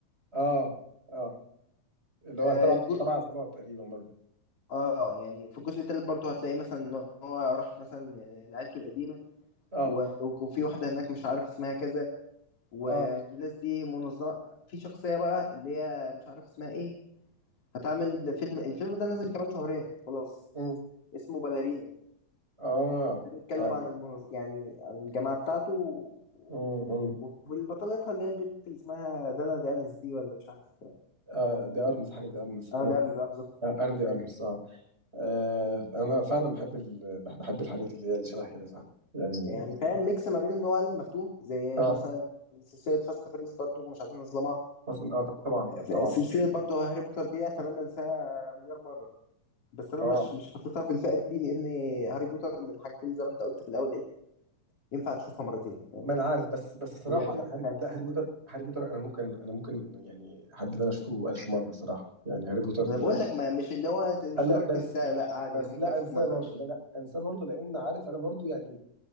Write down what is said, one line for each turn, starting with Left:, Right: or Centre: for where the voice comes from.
Right: اه اه اللي
Left: آه
Right: هو تبع
Left: جو...
Right: تبع عصابات تقريبا برضه
Left: اه يعني في الجزء التالت برضه هتلاقي مثلا ان هو راح مثلا ل- لعيلته القديمه
Right: اه
Left: و... وفي واحده هناك مش عارف اسمها كذا و...
Right: اه
Left: والناس دي منظمه في شخصيه بقى اللي هي مش عارف اسمها ايه هتعمل فيلم الفيلم ده نازل كمان شهرين خلاص
Right: مم.
Left: اسمه باليرينا
Right: اه
Left: ده بيتكلم
Right: اه
Left: عن المنظ... يعني عن الجماعه بتاعته و...
Right: مم. مم.
Left: وفي بطلتها اللي هي البنت اللي اسمها دانا دانس دي ولا مش عارف
Right: آه دي ارمس حاجه دي ارمس
Left: اه
Right: انا
Left: ده ارمز اه بالظبط
Right: آه انا دي ارمس اه آه، انا فعلا بحب ال... بح- بحب الحاجات اللي هي اللي شبه كده فعلا يعني
Left: يعني فاهم ميكس ما بين ان هو عالم مفتوح زي
Right: اه
Left: مثلا سلسلة فاست فريز برضو مش عايزين نظلمها
Right: اصلا اه طبعا
Left: في
Right: طبعا
Left: سلسلة برضو هاري بوتر دي اتمنى انساها مليار مرة بس انا
Right: اه
Left: مش مش حاططها في الفئة دي لان هاري بوتر من الحاجات اللي زي ما انت قلت في الاول ايه ينفع تشوفها مرتين فاهم
Right: ما انا عارف بس بس الصراحه
Left: ثلاثة
Right: لا هاري
Left: خمسة
Right: لا هاري بوتر هاري بوتر انا ممكن انا ممكن يعني احب ان انا اشوفه 1000 مره الصراحه يعني هاري بوتر
Left: انا بقول لك ما مش اللي هو مش
Right: آه، لا
Left: لدرجة
Right: بس
Left: تنساها لا عادي
Right: بس
Left: انا ممكن
Right: لا
Left: اشوف
Right: انساه
Left: ما ازهقش
Right: برضه لا لا انساه برضه لان عارف انا برضه يعني